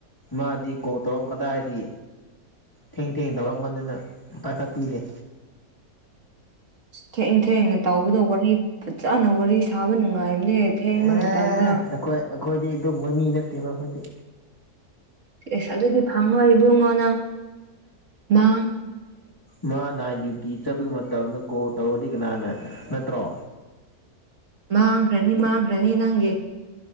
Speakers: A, on the left; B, on the right.
A: ꯃꯥꯗꯤ ꯀꯣꯛ ꯇꯔꯛ ꯀꯗꯥꯏꯔꯤ ꯊꯦꯡ ꯊꯦꯡ ꯇꯧꯔꯛ ꯃꯅꯤꯅ ꯄꯥꯏꯈꯠꯄꯤꯗꯦ
B: ꯊꯏ ꯊꯦꯡꯅ ꯇꯧꯕꯗ ꯋꯥꯔꯤ ꯐꯖꯅ ꯋꯥꯔꯤ ꯁꯥꯕ ꯅꯨꯡꯉꯥꯏ ꯅꯦ ꯊꯦꯡꯕ
A: ꯑꯦ
B: ꯃꯇꯝꯗ
A: ꯑꯩꯈꯣꯏ ꯑꯩꯈꯣꯏꯗꯤ ꯑꯗꯨꯒꯕ ꯃꯤ ꯅꯠꯇꯦꯕ ꯃꯈꯣꯏꯗꯤ
B: ꯑꯦꯁ ꯑꯗꯨꯗꯤ ꯐꯪꯉꯣꯏ ꯏꯕꯨꯡꯉꯣꯅꯪ ꯃ
A: ꯃꯥꯅꯥꯏ ꯗ꯭ꯌꯨꯇꯤ ꯆꯠꯄꯒꯤ ꯃꯇꯝꯗ ꯀꯣꯜ ꯇꯧꯔꯗꯤ ꯀꯅꯥꯅ ꯅꯠꯇ꯭ꯔꯣ
B: ꯃꯥꯡꯈ꯭ꯔꯅꯤ ꯃꯥꯡꯈ꯭ꯔꯅꯤ ꯅꯪꯒꯤ